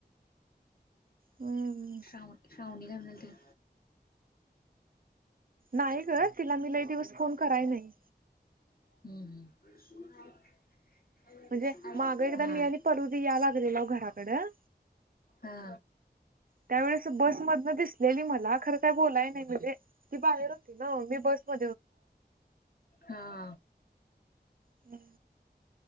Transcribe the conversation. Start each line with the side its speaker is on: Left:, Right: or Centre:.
Right: हम्म.
Left: श्रावणी श्रावणी काय म्हणालते
Right: नाही ग तिला मी लय दिवस फोन कराय नाही
Left: हम्म हम्
Right: म्हणजे माग
Left: नाही
Right: एकदा मी आणि परुदी या लागलेलो घराकडं
Left: हा
Right: त्यावेळेस बस मधन दिसलेली मला खरं काय बोलाय नाही म्हणे ती बाहेर होती ना मी बस म
Left: हा
Right: म